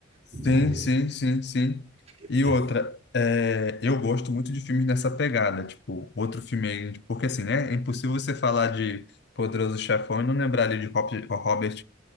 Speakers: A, on the right; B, on the left.
A: no
B: Sim, sim, sim, sim.
A: filme,
B: E
A: né?
B: outra, é, eu gosto muito de filmes nessa pegada, tipo, outro filme aí, porque assim, né, é impossível você falar de Poderoso Chefão e não lembrar ali de Rob- Robert